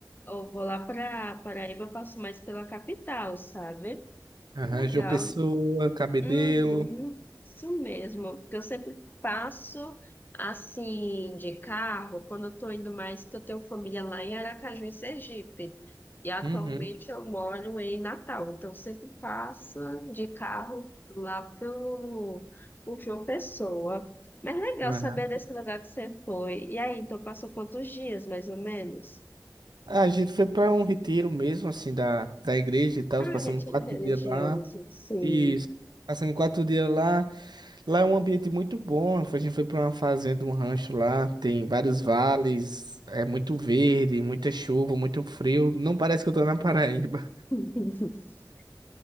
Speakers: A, on the left (about 25°); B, on the right (about 75°).
A: eu vou lá pra Paraíba, eu passo mais pela capital, sabe?
B: Aham,
A: Legal.
B: João Pessoa, Cabedelo.
A: Uhum, isso mesmo, porque eu sempre passo assim de carro quando eu estou indo mais, que eu tenho família lá em Aracaju, em Sergipe. E atualmente
B: Uhum.
A: eu moro em Natal, então eu sempre passo de carro lá pelo, por João Pessoa. Mas legal
B: Aham.
A: saber desse lugar que você foi. E aí, então passou quantos dias, mais ou menos?
B: Ah, A gente foi para um retiro mesmo, assim, da, da igreja e tal.
A: Ah,
B: Passamos
A: retiro
B: quatro
A: religioso,
B: dias lá.
A: sim.
B: Isso. Passamos quatro dias lá. Lá é um ambiente muito bom. A gente foi para uma fazenda, um rancho lá. Tem vários vales. É muito verde, muita chuva, muito frio. Não parece que eu tô na Paraíba.
A: <laughs>